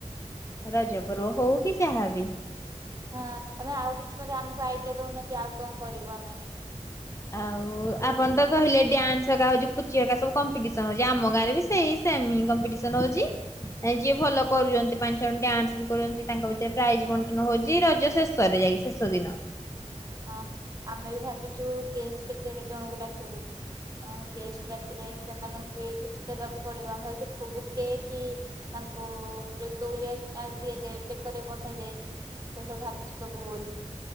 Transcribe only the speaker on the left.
ରଜ
ପର୍ବ ହଉ କି ଯାହା ବି
ଆଉ
ଆପଣ ତ କହିଲେ ଡ୍ୟାନ୍ସ ହେରିକା ହଉଛି ପୁଚି ହେରିକା କମ୍ପିଟିସନ ହଉଛି ଆମ ଗାଁରେ ବି ସେଇ ସେମ୍ ହି କମ୍ପିଟିସନ ହଉଛି। ଯିଏ ଭଲ କରୁଛନ୍ତି ପାଞ୍ଚ ଜଣ ଡ୍ୟାନ୍ସ ବି କରୁଛନ୍ତି ତାଙ୍କ ଭିତରେ ପ୍ରାଇଜ ବଣ୍ଟନ ହଉଛି ରଜ ଶେଷରେ ଯାଇକି ଶେଷ୍ ଶେଷଦିନ